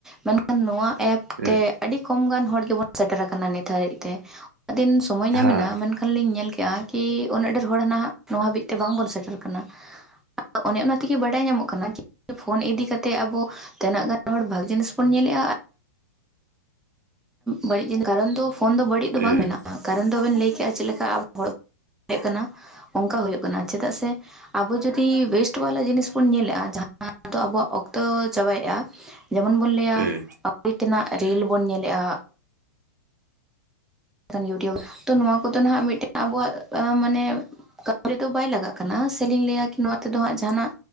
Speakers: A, in the centre; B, on the right.
A: ᱢᱮᱱᱠᱷᱟᱱ ᱱᱚᱣᱟ ᱮᱯ
B: ᱦᱩᱸ
A: ᱛᱮ ᱟᱹᱰᱤ᱿ ᱟᱹᱰᱤ ᱠᱚᱢ ᱜᱟᱱ ᱦᱚᱲ ᱜᱮᱵᱚᱱ ᱥᱮᱴᱮᱨ ᱟᱠᱟᱱᱟ ᱱᱤᱛ ᱦᱟᱹᱨᱤᱡ ᱛᱮ ᱩᱱᱟᱜ ᱫᱤᱱ ᱥᱚᱢᱚᱭ ᱧᱟᱢᱮᱱᱟ
B: ᱦᱳᱭ
A: ᱢᱮᱱᱠᱷᱟᱱ ᱞᱤᱧ ᱧᱮᱞ ᱠᱮᱫᱼᱟ ᱠᱤ ᱩᱱᱟᱹᱜ ᱰᱷᱮᱨ ᱦᱚᱲ ᱱᱟᱜ ᱱᱚᱣᱟ ᱦᱟᱹᱵᱤᱡ ᱛᱮ ᱵᱟᱝᱵᱚᱱ ᱥᱮᱴᱮᱨ ᱠᱟᱱᱟ᱾ ᱚᱱᱮ ᱚᱱᱟ ᱛᱮᱜᱮ ᱵᱟᱰᱟᱭ ᱧᱟᱢᱚᱜ ᱠᱟᱱᱟ ᱯᱷᱳᱱ ᱤᱫᱤ ᱠᱟᱛᱮ ᱟᱵᱚ ᱛᱤᱱᱟᱹᱜ ᱜᱟᱱ ᱦᱚᱲ ᱵᱷᱟᱜᱮ ᱡᱤᱱᱤᱥ ᱵᱚᱱ ᱧᱮᱞᱮᱜᱼᱟ ᱵᱟᱹᱲᱤᱡ ᱡᱤᱱᱤᱥ ᱠᱟᱨᱚᱱ ᱫᱚ ᱯᱷᱳᱱ ᱫᱚ ᱵᱟᱹᱲᱤᱡ ᱫᱚ
B: ᱦᱩᱸ
A: ᱵᱟᱝ ᱢᱮᱱᱟᱜᱼᱟ ᱠᱟᱨᱚᱱ ᱫᱚ ᱟᱵᱮᱱ ᱞᱟᱹᱭ ᱠᱮᱜᱼᱟ ᱪᱮᱫ ᱞᱮᱠᱟ ᱟᱵᱚ ᱦᱚᱲᱼᱼ ᱛᱟᱦᱮᱸ ᱠᱟᱱᱟ ᱚᱱᱠᱟ ᱦᱩᱭᱩᱜ ᱠᱟᱱᱟ ᱪᱮᱫᱟᱜ ᱥᱮ ᱟᱵᱚ ᱡᱚᱫᱤ ᱳᱭᱮᱥᱴ ᱵᱟᱞᱟ ᱡᱤᱱᱤᱥ ᱵᱚᱱ ᱧᱮᱞ ᱮᱼᱟ ᱡᱟᱦᱟᱸ ᱫᱚ ᱟᱵᱚᱣᱟᱜ ᱚᱠᱛᱚ ᱪᱟᱵᱟᱭᱮᱜᱼᱟ᱾ ᱡᱮᱢᱚᱱ ᱵᱚᱱ ᱞᱟᱹᱭᱟ
B: ᱦᱩᱸ
A: ᱟᱹᱵᱤ ᱛᱮᱱᱟᱜ ᱨᱤᱞ ᱵᱚᱱ ᱧᱮᱞᱮᱜᱼᱟ ᱤᱭᱩᱴᱩᱵᱽ ᱛᱚ ᱱᱚᱣᱟ ᱠᱚᱫᱚ ᱱᱟᱟᱜ ᱢᱤᱫᱴᱮᱱ ᱟᱵᱚᱣᱟᱜ ᱢᱟᱱᱮ ᱠᱟᱹᱢᱤ ᱨᱮᱫᱚ ᱵᱟᱭ ᱞᱟᱜᱟᱜ ᱠᱟᱱᱟ ᱥᱮᱞᱤᱧ ᱞᱟᱹᱭᱟ ᱠᱤ ᱱᱚᱣᱟ ᱪᱮᱫᱚ ᱦᱟᱸᱜ ᱡᱟᱦᱱᱟᱜ